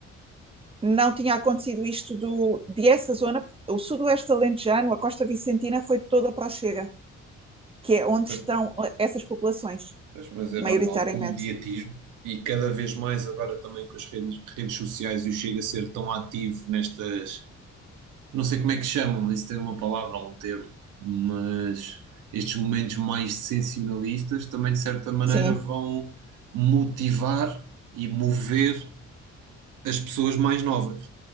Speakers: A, on the right; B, on the right.
A: não tinha acontecido isto do, de essa zona, o sudoeste alentejano, a Costa Vicentina foi toda para o Chega, que é onde
B: Pois.
A: estão eh, essas populações,
B: Pois, mas é
A: maioritariamente.
B: normal, com o mediatismo, e cada vez mais agora também com as redes, redes sociais e o Chega a ser tão ativo nestas, não sei como é que chamam, mas isso tem uma palavra ou um termo, mas estes momentos mais sensacionalistas também de certa maneira
A: Sim,
B: vão motivar e mover as pessoas mais novas,